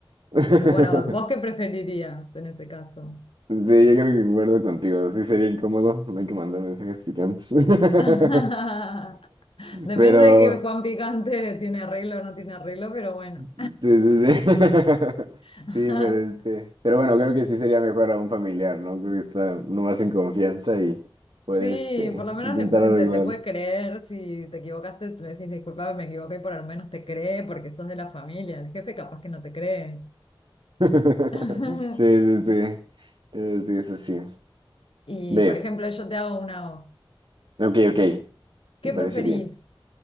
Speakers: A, on the right (about 70°); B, on the left (about 75°).
A: <laughs>
B: Pero bueno, ¿vos qué preferirías en ese caso?
A: Sí, yo creo que concuerdo contigo. Sí sería incómodo, no hay que mandar mensajes picantes. <laughs>
B: <laughs> Depende
A: Pero,
B: de que, cuán picante tiene arreglo o no tiene arreglo, pero bueno.
A: sí, sí, sí. <laughs>
B: <laughs>
A: Sí, pero este, pero bueno, creo que sí sería mejor a un familiar, ¿no? Creo que está no más en confianza y puede,
B: Sí,
A: este,
B: por lo menos
A: intentar
B: le pueden-
A: arreglarlo.
B: te, te puede creer si te equivocaste, le decís disculpa, me equivoqué, por al menos te cree porque sos de la familia, el jefe capaz que no te cree.
A: <laughs>
B: <laughs>
A: Sí, sí, sí. Eh, Sí, es así.
B: Y
A: Ve,
B: por ejemplo, yo te hago una voz.
A: ok, ok,
B: ¿Qué
A: me parece
B: preferís?
A: bien.